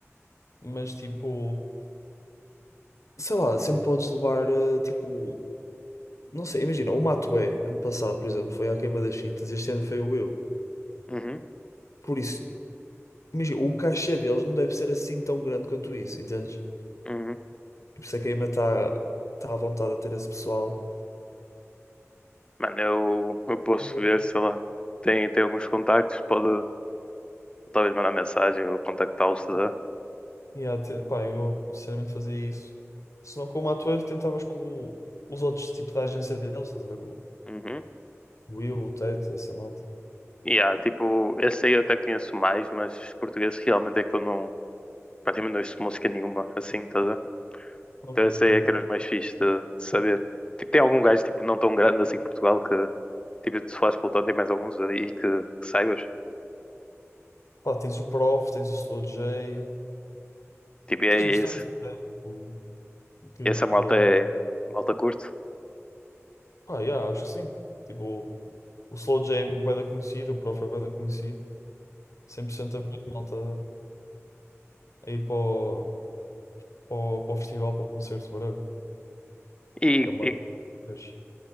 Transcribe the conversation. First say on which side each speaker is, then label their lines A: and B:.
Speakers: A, on the left (about 80°); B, on the left (about 20°).
A: Mas tipo. Sei lá, sempre podes levar eh, tipo. Não sei, imagina, o Matué, ano passado, por exemplo, foi à queima das fitas, este ano foi o eu.
B: Uhum,
A: Por isso, imagina, o cachê deles não deve ser assim tão grande quanto isso, entendes?
B: uhum.
A: E por isso a queima está tá tá à vontade a ter esse pessoal.
B: Mano, eu, eu posso
A: Eh,
B: ver, sei lá. Tem, tem alguns contactos, pode talvez mandar mensagem ou contactá-los, tá?
A: Yeah, te- pá, eu sinceramente fazia isso. Se não com o ator, tentavas com o- os outros tipo da agência deles, estás a ver? O
B: Uhum.
A: Will, o Ted, essa malta.
B: E há, tipo, esse aí eu até conheço mais, mas português realmente é que eu não, praticamente não ouço música nenhuma, assim, tá? a ver?
A: Ok,
B: Então
A: yeah.
B: esse aí é que era os mais fixe de, de saber. Tipo, tem algum gajo, tipo, não tão grande assim em Portugal que, tipo, se falares pelotão, tem mais alguns aí que, que saibas.
A: Pá, tens o Prof, tens o Slow J,
B: Tipo, e
A: tens
B: é
A: bastante,
B: esse,
A: né? Tipo, que,
B: essa
A: que
B: malta
A: acho,
B: é, a malta curto.
A: pá, yeah, acho que sim. Tipo, O Slow J é bué da conhecido, o Prof é bué da conhecido. 100% a ver malta a ir para o, para o, para o festival, para o concerto, whatever.
B: E,
A: Que é uma
B: e,
A: vez,